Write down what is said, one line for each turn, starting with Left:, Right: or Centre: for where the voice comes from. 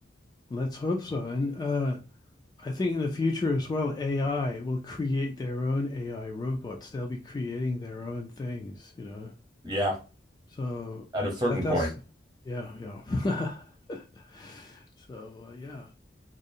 Left: Let's hope so. And uh, I think in the future as well, AI will create their own AI robots. They'll be creating their own things, you know.
Right: Yeah,
Left: So
Right: at a certain
Left: that
Right: point.
Left: that's yeah, yeah. <laughs> So uh, yeah,